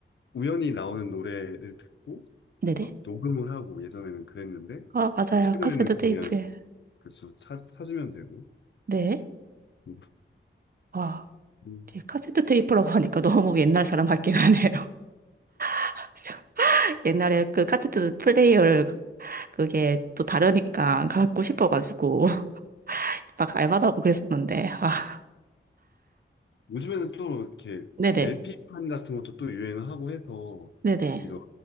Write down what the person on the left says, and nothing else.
우연히 나오는 노래를 듣고
막 녹음을 하고 예전에는 그랬는데
최근에는
그냥
그렇죠. 찾, 찾으면 되고.
음.
음.
요즘에는 또 이렇게
LP판 같은 것도 또 유행을 하고 해서
이런